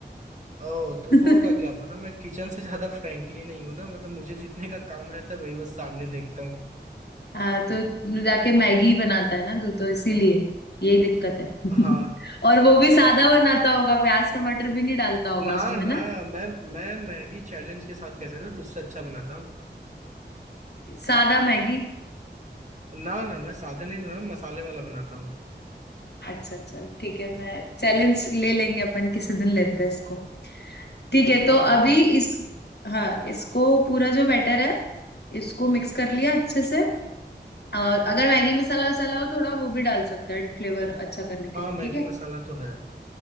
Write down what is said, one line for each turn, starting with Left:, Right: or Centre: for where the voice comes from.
Right: ओ तो
Left: हैं
Right: होगा क्या
Left: <laughs>
Right: पता मैं किचन से ज्यादा फ्रैंकली नहीं हूं ना मतलब मुझे जितने का काम रहता है वही बस सामने देखता हूँ
Left: हाँ तो तू जाके मैगी बनाता है ना तू तो इसीलिए यही दिक्कत है
Right: हाँ
Left: <laughs> और वो भी सादा बनाता होगा प्याज टमाटर भी नहीं डालता होगा
Right: ना
Left: उसमें
Right: ना
Left: ना
Right: मैं मैं मैगी चैलेंज के साथ कह सकता हूँ तुझसे अच्छा बनाता हूँ
Left: सादा मैगी
Right: ना ना मैं सादे नहीं बनाता मसाले वाला बनाता हूँ
Left: अच्छा चल ठीक है मैं चैलेंज ले लेंगे अपन किसी दिन लेते हैं इसको ठीक है
Right: हाँ
Left: तो अभी इस हाँ इसको पूरा जो बैटर है इसको मिक्स कर लिया अच्छे से और अगर मैगी मसाला वसाला हो थोड़ा वो भी डाल सकता है फ्लेवर अच्छा करने के
Right: हाँ
Left: लिए
Right: मैगी
Left: ठीक है
Right: मसाला तो है